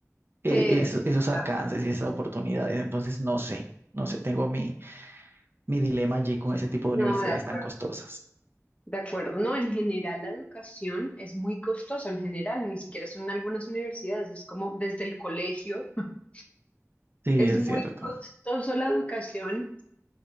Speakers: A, on the right; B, on the left.
A: eh,
B: sí, eso
A: eso-
B: es
A: esos
B: verdad.
A: alcances y esas oportunidades. Entonces, no sé, no sé, tengo mi, mi dilema allí con ese tipo de
B: No,
A: universidades
B: de acuerdo.
A: tan costosas.
B: De acuerdo. No, en general la educación es muy costosa, en general, ni siquiera son algunas universidades, es como desde el colegio. <laughs>
A: Sí,
B: Es
A: es
B: muy
A: cierto.
B: costoso la educación